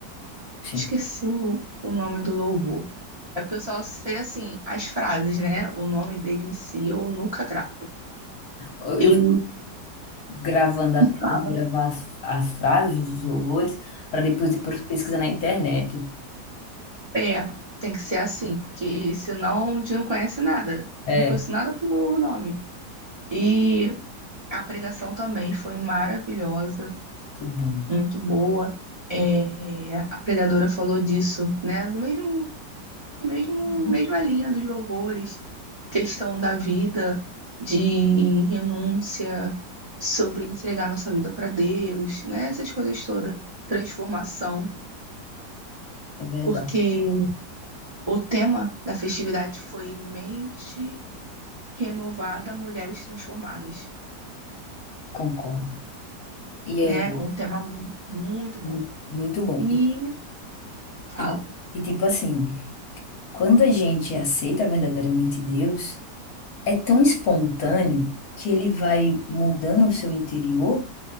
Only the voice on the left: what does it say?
Sim.
Eu,
eu fico gravando, assim,
tentando gravar as, as frases, os horrores, para depois ir pros- pesquisar na internet.
É,
que bom.
Uhum.
É verdade,
concordo. E é
mu- muito bom.
E,
e, e tipo assim, Quando a gente aceita verdadeiramente Deus, é tão espontâneo que ele vai mudando o seu interior